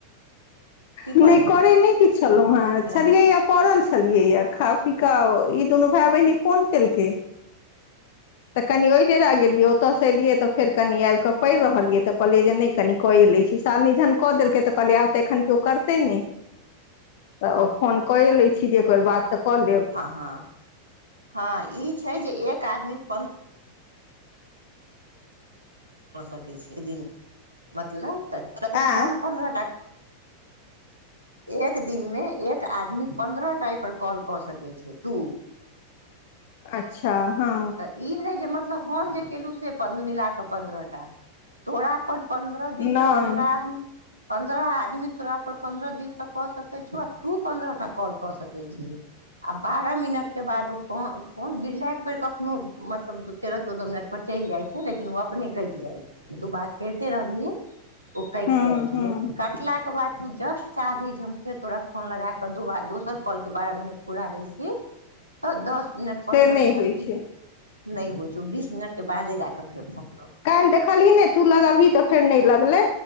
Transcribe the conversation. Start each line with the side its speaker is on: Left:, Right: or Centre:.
Right: की
Left: नहि
Right: करै
Left: करय नहीं की छलहु है
Right: छले
Left: छलियौ या पड़ल छलियै या खा पी क ई दुनू भाई बहिन फोन केलकै
Right: <inaudible> <inaudible>
Left: तऽ कनि ओहि डेरा गेलियै ओतऽसँ एलियै तऽ फेर कनि आबि कऽ पैर रहलियै तऽ कहलियै जे नहि कनि क ए लै छी सालनि जहन क देलकै त कहलियै आब तऽ एखन कयो करतै नहि त फोन क लै छी जे एकर बात त क लेब
Right: ह ह हां इ छै जे एक आदमी पं कऽ सकै छी एक दिन मतलब त
Left: आँ
Right: हम पन्द्रह टा एक दिन मे एक आदमी पन्द्रह टा‌ आय पर कॉल क सकैत छै तू
Left: अच्छा हँ
Right: तऽ ई नयजे मतलब हम जे केलहुँ से मिला क पन्द्रह टा तोरा पर पन्द्रह दिससँ
Left: नहि
Right: पन्द्रह आदमी पन्द्रह आदमी तोरा पर पन्द्रह दिससँ क सकैत छै आ तू पन्द्रह टा कॉल क सकैत छी आ बारह मिनट के बाद ओ फोन बिरला एक बेर क खनो मतलब तेरह चौदह मिनट पर चलि जाइ छै लेकिन ओ अपने कटि जाइ छै तू बात करिते रहबिहि ओ कटि
Left: हँ
Right: जाइ छै
Left: हँ
Right: लेकिन कटलाक के बाद तू जस्ट चाहभि जे हम फेर तोरा फोन लगाक दो दोसर कॉल के बारह मिनट पूरा लै छी त दस मिनट पन्द्रह
Left: से नहि
Right: मिनट
Left: होइ
Right: क
Left: छै
Right: नहि होइ छौ बीस मिनटके बादे जाक फेर फोन लगय
Left: काइल देखलही ने तू लगबही तफेर नहि लगलै